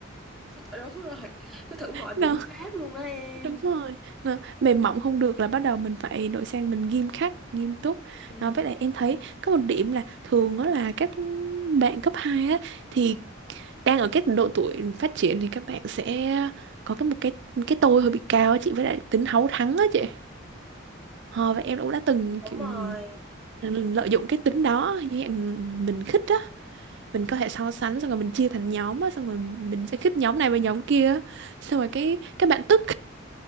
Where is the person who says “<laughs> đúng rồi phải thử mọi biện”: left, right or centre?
Centre